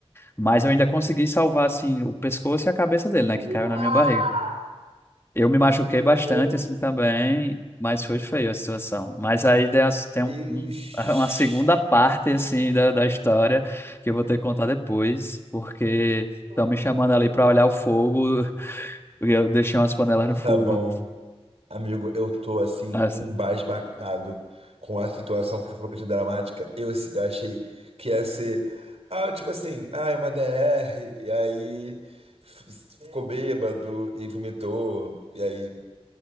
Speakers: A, on the left; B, on the right.
A: mas eu ainda consegui salvar assim o pescoço e a cabeça dele, né,
B: Uau!
A: que caiu na minha barriga. Eu me machuquei bastante
B: Meu
A: assim também, mas foi feio a situação. Mas aí tem as- tem um-
B: Deus.
A: um- <laughs> uma segunda parte assim da, da história que eu vou ter que contar depois, porque
B: Oi? Como
A: estão
B: é
A: me
B: que
A: chamando
B: você não vai
A: ali
B: nem?
A: para
B: lembrar?
A: olhar o fogo <laughs> e eu deixei umas panelas
B: baixar
A: no fogo.
B: Tá o. bom, amigo, eu tô assim
A: Nossa,
B: embasbacado com a situação que foi falou que achei dramática. Eu, assim, eu achei que ia ser, ah, tipo assim, ah, é uma DR, e aí f- ficou bêbado e aí vomitou, e aí